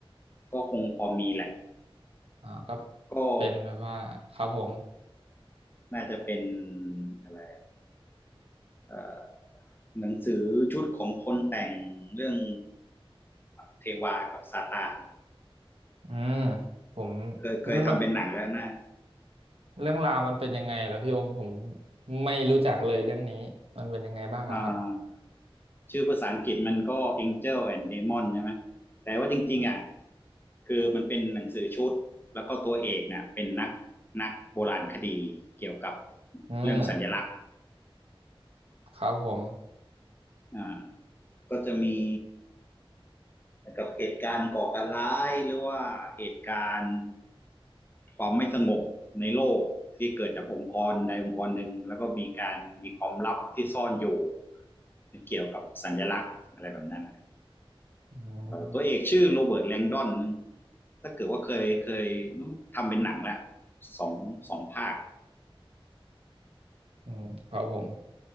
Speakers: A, on the left (about 20°); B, on the right (about 75°).
A: ก็คงพอมีแหละ
B: อ่าก็
A: ก็
B: เป็นแบบว่าครับผม
A: น่าจะเป็นอะไรเอ่อหนังสือชุดของคนแต่งเรื่องเทวากับซาตาน
B: อืมผม
A: เคยเคยทำเป็นหนังแล้วนะ
B: มันมันเรื่องราวมันเป็นยังไงเหรอพี่โอมผมไม่รู้จักเลยเรื่องนี้มันเป็นยังไงบ้างล่ะครับ
A: อ่าชื่อภาษาอังกฤษมันก็ Angel and Demon ใช่ไหมแต่ว่าจริงๆอ่ะ
B: อ
A: คือมันเป็นหนังสือชุดแล้วก็ตัวเอกเนี่ยเป็นนักนักโบราณคดีเกี่ยวกับ
B: อืม
A: เรื่องสัญลักษณ์
B: ครับผม
A: อ่า ก็จะมีเหกับเหตุการณ์ก่อการร้ายหรือว่าเหตุการณ์ความไม่สงบในโลกที่เกิดจากองค์กรใดองค์กรหนึ่งแล้วก็มีการมีความลับที่ซ่อนอยู่เกี่ยวกับสัญลักษณ์อะไรแบบนั้น
B: อืม
A: ตัวเอกชื่อโรเบิร์ตแลงดอนถ้าเกิดว่าเคยเคยทำเป็นหนังแล้วสองสองภาค
B: อืมครับผม